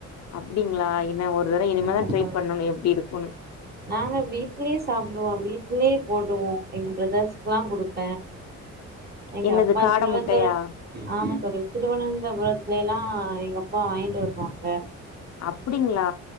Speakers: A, on the left; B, on the right.
A: அப்டிங்களா என்ன ஒரு தடவ இனிமேதா
B: ஆமா
A: ட்ரை
B: தோழி
A: பண்ணணு எப்டி இருக்குன்னு
B: நாங்க வீட்டிலியே சாப்டுவோ வீட்டிலியே போடுவோ எங்க ப்ரதர்ஸ்க்ல்லா குடுப்பே எங்க
A: என்னது
B: அப்பா
A: காட
B: திருவனந்தர
A: முட்டையா
B: ஆமா தோழி திருவனந்தபுரத்துலல்லா எங்க ப்பா வாங்ட்டு வருவாங்க
A: அப்டிங்களா